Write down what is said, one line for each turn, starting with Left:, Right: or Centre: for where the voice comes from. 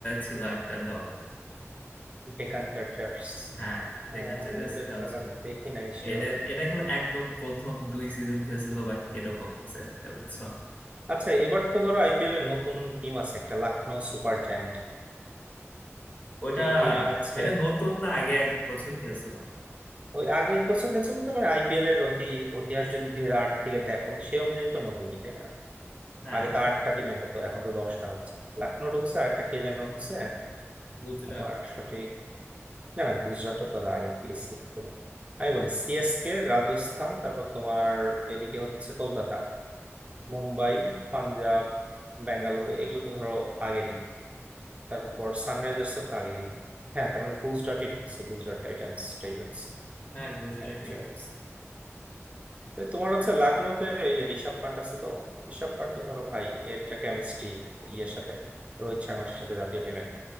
Left: ছিল একটা দল
Right: Deccan Chargers
Left: হ্যাঁ ডেকান
Right: আহ,
Left: চার্জার্স
Right: আমি ওদের
Left: দল
Right: খেলা
Left: ছিল
Right: দেখি নাই সেভাবে
Left: এদের এদের খেলা একদম প্রথম দুই সিজন খেলছিল বা এরকম কিছু একটা বুঝছো
Right: আচ্ছা এবার তো ধরো আইপিএল এর নতুন টিম আছে একটা লখনৌ সুপার জায়ান্ট
Left: ওটা
Right: এই টিমের হচ্ছে
Left: এটা নতুন না আগে এক বছর খেলছিল
Right: ওই আগে বছর খেলছে বলতে মানে আইপিএল এর অতি ইতিহাস যদি দুই হাজার আট থেকে দেখো সেই অনুযায়ী তো নতুনই তাই না
Left: হ্যাঁ
Right: আগে তো আটটা টিমের হতো এখন তো দশটা হচ্ছে লখনৌ ঢুকছে আর একটা কে যেন ঢুকছে
Left: গুজরাট
Right: আমার সঠিক না না গুজরাটও তো আগে থেকে ছিল তোমার আমি বলি সিএসকে রাজস্থান তারপর তোমার এদিকে হচ্ছে কলকাতা মুম্বাই পাঞ্জাব বেঙ্গালুরু এগুলো তো ধরো আগেরই তারপর সানরাইজার্স তো আগেই হ্যাঁ তার মানে গুজরাটই ঢুকছে গুজরাট টাইটান্স টাই ঢুকছে
Left: হ্যাঁ গুজরাট
Right: অ্যাকচুয়ালি
Left: ইউনিটস
Right: তোমার হচ্ছে লখনৌতে এই যে ঋষভ পান্ট আছে তো ঋষভ পান্ট তো ধরো ভাই এর যে কেমিস্ট্রি ইয়ের সাথে রোহিত শর্মার সাথে জাতীয় টিমে